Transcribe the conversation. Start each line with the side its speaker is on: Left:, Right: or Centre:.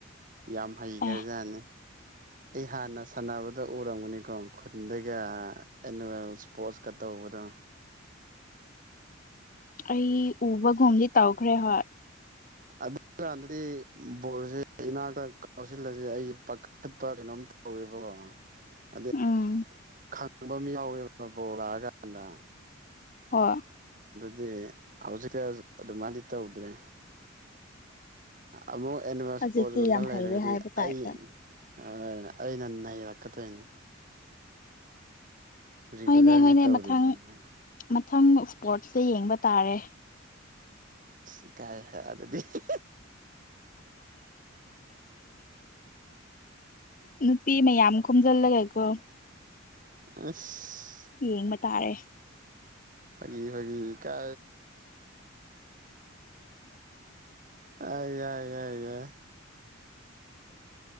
Right: ꯌꯥꯝ ꯍꯩꯈꯔꯦꯖꯥꯅꯤ
Left: ꯑꯦ
Right: ꯑꯩ ꯍꯥꯟꯅ ꯁꯥꯟꯅꯕꯗ ꯎꯔꯝꯒꯅꯤꯀꯣ ꯈꯨꯟꯒ ꯑꯦꯅꯨꯋꯦꯜ ꯏꯁꯄꯣꯔꯠꯁ ꯈꯛꯇ ꯇꯧꯕꯗ
Left: ꯑꯩ ꯎꯕꯒꯨꯝꯗꯤ ꯇꯧꯈ꯭ꯔꯦ ꯍꯣꯏ
Right: ꯑꯗꯨꯀꯥꯟꯗꯗꯤ ꯕꯣꯜꯁꯦ ꯏꯅꯥꯛꯇ ꯀꯥꯎꯁꯤꯜꯂꯁ ꯑꯩꯒꯤ ꯄꯥꯈꯠꯄ ꯀꯩꯅꯣꯝ ꯀꯕꯣ ꯑꯗꯩ
Left: ꯎꯝ
Right: ꯈꯪꯕ ꯑꯃ ꯌꯥꯎꯋꯦꯕ ꯕꯣꯔꯛꯑꯀꯥꯟꯗ
Left: ꯍꯣꯏ
Right: ꯗꯤ ꯍꯧꯖꯤꯛꯛꯇ ꯑꯗꯨꯃꯥꯏꯅꯗꯤ ꯇꯧꯗ꯭ꯔꯦ ꯑꯃꯨꯛ ꯑꯦꯅꯤꯚꯁ
Left: ꯍꯧꯖꯤꯛꯇꯤ
Right: ꯄꯣꯁꯀꯨꯝꯕ
Left: ꯌꯥꯝ
Right: ꯂꯩꯔꯒꯗꯤ
Left: ꯍꯩꯔꯦ ꯍꯥꯏꯕ ꯇꯥꯏꯞꯇ
Right: ꯑꯩ ꯍ ꯑꯩꯅ ꯅꯩꯔꯛꯀꯗꯣꯏꯅꯦ ꯔꯤꯒꯨꯂꯔꯅꯦ
Left: ꯍꯣꯏꯅꯦ ꯍꯣꯏꯅꯦ
Right: ꯇꯧꯔꯤꯁꯦꯅ
Left: ꯃꯊꯪ ꯃꯊꯪ ꯏꯁꯄꯣꯔꯠꯁꯇ ꯌꯦꯡꯕ ꯇꯥꯔꯦ
Right: ꯑ ꯀꯥꯏ ꯑꯗꯨꯗꯤ ꯍ
Left: ꯅꯨꯄꯤ ꯃ ꯑ ꯀꯝ ꯆꯜꯂꯒꯥꯏꯀ
Right: ꯑꯁ
Left: ꯌꯦꯡꯕ ꯇꯥꯔꯦ
Right: ꯐꯒꯤ ꯐꯒꯤ ꯀ ꯑ ꯌꯥꯏ ꯌꯥꯏ ꯌꯥꯏ